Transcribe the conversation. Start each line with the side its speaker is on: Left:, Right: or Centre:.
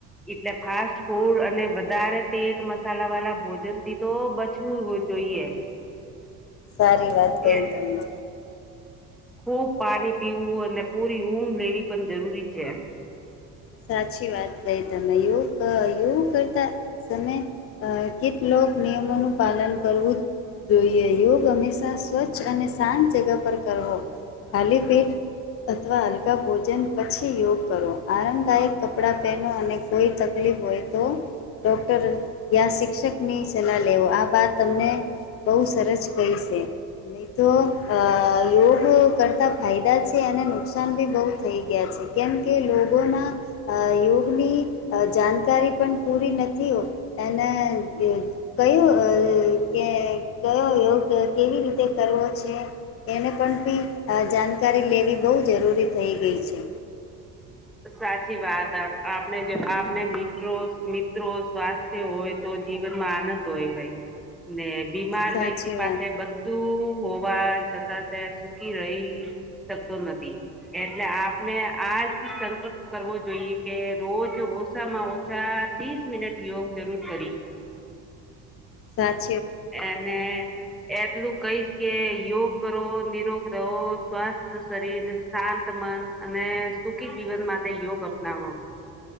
Centre: એટલે ફાસ્ટ ફૂડ અને વધારે તેલ મસાલા વાળા ભોજન થી તો બચવું જોઈએ.
Left: સારી વાત
Centre: એ
Left: કહી તમે.
Centre: ખૂબ પાણી પીવું અને પૂરી ઊંઘ લેવી પણ જરૂરી છે.
Left: સાચી વાત કઈ તમેયોગ યોગ કરતા તમે કેટલો ક નિયમોનું પાલન કરવું જ જોઈએ યોગ હંમેશા સ્વચ્છ અને શાંત જગા પર કરવો ખાલી પેટ અથવા હલકા ભોજન પછી યોગ કરો આરંમ દાયક કપડાં પહેનો અને કોઈ તકલીફ હોય તો ડોક્ટર યા શિક્ષક ની સલાહ લેવો. આ બાત તમને બહુ સરસ કહી છે, નહી તો અ યોગ કરતા ફાયદા છે. તેને નુકસાન બી બહુ થઈ ગયા છે. કેમ કે લોકોના યોગની જાણકારી પણ પૂરી નથી હોત અને કયું કે કયો યોગ કેવી રીતે કરવો છે, એને પણ પણ બી જાણકારી લેવી બહુ જરૂરી થઈ ગઈ છે.
Centre: સાચી વાત આપણે જો આપને મ્રો મિત્રો સ્વાસ્થ્ય હોય તો જીવનમાં આનંદ હોય, ભાઈ ને બીમાર
Left: સાચી
Centre: વ્યક્તિ
Left: વાત
Centre: પાસે બધું હોવા છતાં તે સુકી રહી શકતો નથી, એટલે આપને આજ સંકલ્પ કરવો જોઈએ કે રોજ ઓછામાં ઓછા ત્રીસ મિનિટ યોગ જરૂર કરે.
Left: સાચ
Centre: એને એક એટલું કહીશ કે યોગ કરો, નિરોગ રહો, સ્વાસ્થ શરીર, શાંત મન અને સુખી જીવન માટે યોગ અપનાવો.